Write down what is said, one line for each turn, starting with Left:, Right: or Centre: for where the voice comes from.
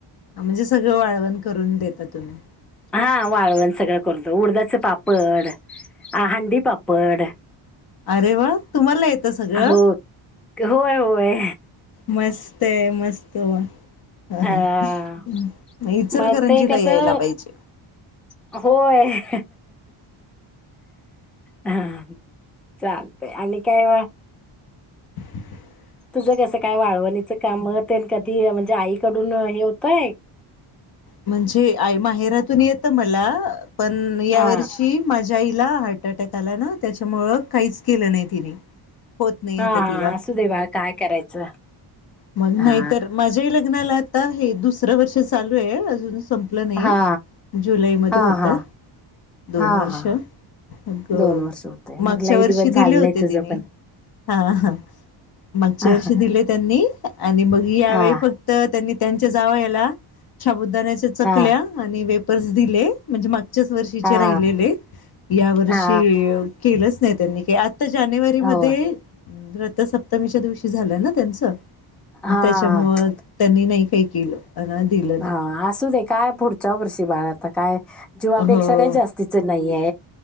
Left: हा म्हणजे सगळं वाळवण करून देता तुम्ही
Centre: हा वाळवण सगळं करतो उडदाच पापड हंडी पापड
Left: अरे व्वा तुम्हाला येतं सगळं
Centre: हो होय होय
Left: मस्त आहे मस्त व्वा ह
Centre: अ
Left: इचल
Centre: मग
Left: करंजीला
Centre: ते कसं
Left: यायला पाहिजे
Centre: होय हा चालतय आणि काय
Left: <inaudible>
Centre: तुझं कसं काय वाळवणीच कामते कधी म्हणजे आई कडून हे होतय
Left: म्हणजे आई माहेरातून येतं मला पण या
Centre: हा
Left: वर्षी माझ्या आईला हार्ट अटॅक आला ना त्याच्यामुळं काहीच केलं नाही तिनी होत नाही
Centre: हा
Left: आता
Centre: हा
Left: तिला
Centre: असू दे बाळ काय करायचं
Left: मग
Centre: हा
Left: नाही तर माझ्याही लग्नाला आता हे दुसरं वर्ष चालू आहे अजून संपलं नाही
Centre: हा
Left: जुलैमध्ये
Centre: हा
Left: होतात
Centre: हा
Left: दोन
Centre: हा
Left: वर्ष
Centre: हा
Left: मग
Centre: दोन वर्ष होतय
Left: मागच्या
Centre: मग लई
Left: वर्षी
Centre: दिवस झालं
Left: दिले होते
Centre: नाही तुझं
Left: तिने
Centre: पण
Left: हा हा मागच्या
Centre: हा
Left: वर्षी दिले त्यांनी आणि मग यावेळी
Centre: हा
Left: फक्त त्यांनी त्यांच्या जावायाला शाबुदाण्या्याच्या चकल्या
Centre: हा
Left: आणि वेपर्स दिले म्हणजे माग मागच्याच वर्षीचे
Centre: हा
Left: राहिलेले या वर्षी
Centre: हा
Left: केलंच नाही त्यांनी आता जानेवारी मध्ये
Centre: हो
Left: रथसप्तमीच्या दिवशी झालंय ना त्यांचं
Centre: हा
Left: मग त्याच्यामुळं त्यांनी नाही काही केलं अ दिलं नाही.
Centre: हा असू दे काय पुढच्या वर्षी बाळ आता काय जीवापेक्षा
Left: हो
Centre: काही जास्तीच नाहीये.